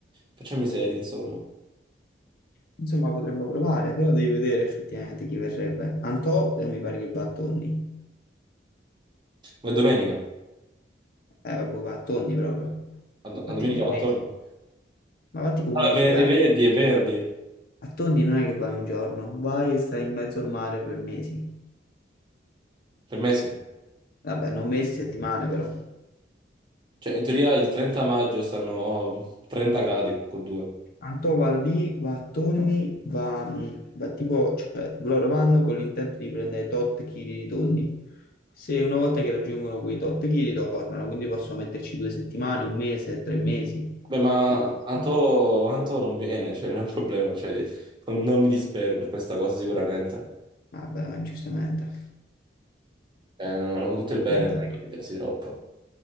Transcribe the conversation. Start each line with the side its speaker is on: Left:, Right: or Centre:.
Right: Facciamo i seri, insomma.
Left: Insomma, potremmo provare, però devi vedere effettivamente chi verrebbe. Antò, eh, mi pare che va a Tonni.
Right: Ma è domenica.
Left: Eh, vabbè, va a Tonni proprio.
Right: A, do-
Left: Va
Right: a domenica
Left: tipo un
Right: va attorno.
Left: mese. Ma va tipo
Right: Ah,
Left: un mese,
Right: è ven-
Left: fa.
Right: è venerdì, è venerdì.
Left: A Tonni non è che vai un giorno, vai e stai in mezzo al mare per mesi.
Right: Per me sì.
Left: Vabbè, non mesi, settimane però.
Right: Cioè, in teoria il 30 maggio stanno 30 gradi, con due.
Left: Antò va lì, va a tonni, va, mh, va tipo, cioè loro vanno con l'intento di prendere tot chili di tonni. Se una volta che raggiungono quei tot chili tornano, quindi possono metterci due settimane, un mese, tre mesi.
Right: Beh, ma
Left: Un giorno.
Right: Anto, Anto non viene, cioè non è un problema, cioè, non, non mi dispero per questa cosa sicuramente.
Left: Vabbè, ma giustamente.
Right: Eh, non ho tutto il bene,
Left: Aspetta.
Right: non è che mi interessi troppo.